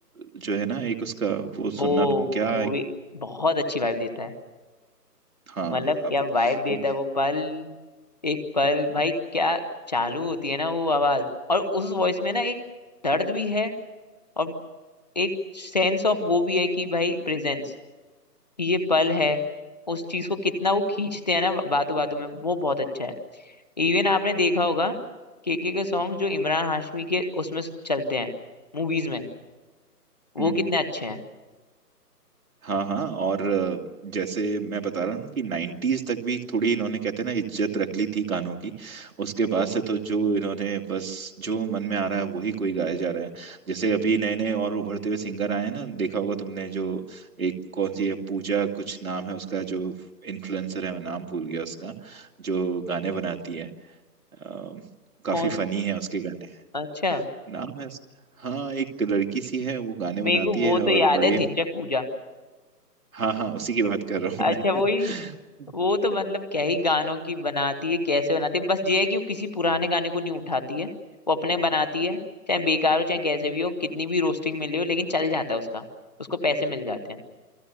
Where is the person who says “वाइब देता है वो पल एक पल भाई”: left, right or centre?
Left